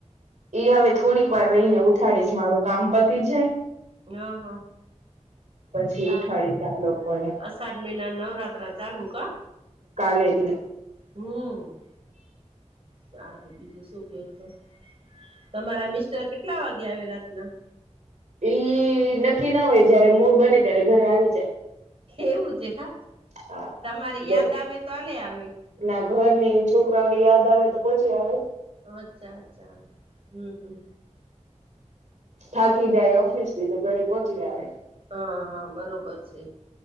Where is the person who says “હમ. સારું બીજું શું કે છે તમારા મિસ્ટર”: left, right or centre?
Right